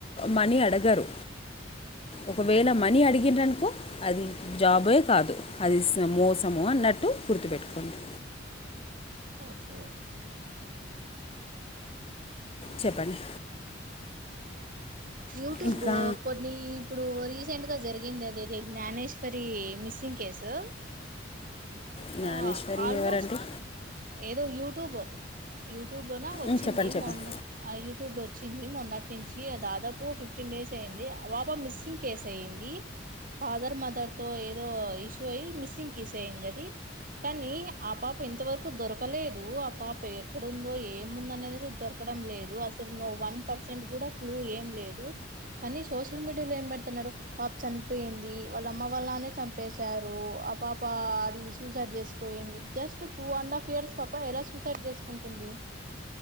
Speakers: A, on the left (about 30°); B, on the right (about 45°).
A: మనీ అడగరు
B: <inaudible>
A: ఒకవేళ మనీ అడిగిరనుకో, అది జాబే కాదు అది మోసము అన్న న్నట్టు గుర్తుపెట్టుకోండి
B: ఓకే
A: చెప్పండి
B: యూట్యూబ్
A: ఇంకా
B: కొన్ని ఇప్పుడు రీసెంట్ గా జరిగి ది జ్ఞానేేశ్వరి మిస్సింగ్ కేసు
A: జ్ఞానేశ్వరి
B: ఆ ఆల్మోస్ట్
A: ఎవరండి
B: ఏదో యూట్యూబ్ యు యూట్యూబ్ లో వచ్చింది,
A: ఉమ్, చెప్పండి చెప్పండి
B: మొన్న యూట్యూబ్ లో వచ్చింది, మొన్నటి నుంచి దాదాపు ఫిఫ్టీన్ డేస్ అయింది, పాప మిస్సింగ్ కేస్ అయింది, ఫాదర్ మదర్ తో ఏ ఏదో ఇష్యూ అయ్యి మిస్సింగ్ కేసు అయింది అది కానీ ఆ పాప ఇంతవరకు దొరకలేదు, ఆ పాప ఎక్కడుందో ఏముందో అనేది దొరక, దోరకడం లేదు అసలు ను్ వన్ పర్సెంట్ కూడా క్లూ ఏం లేదు, కానీ సోషల్ మీడియాలో ఏం పెడుతున్నారు, పా ప చనిపోయింది, వాళ్ళ అమ్మ వాళ్ళనాన్న నే చంపేశారు, అ పాప అది సూసైడ్ చేసిపోయింది, just two and half years పాప ఎలా సూసైడ్ చేసుకుంటుంది,